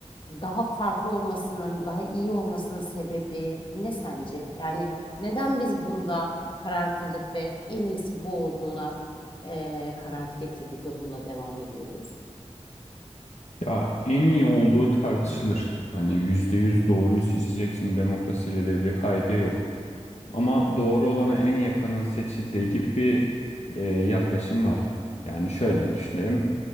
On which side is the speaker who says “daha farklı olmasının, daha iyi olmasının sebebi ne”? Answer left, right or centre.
Left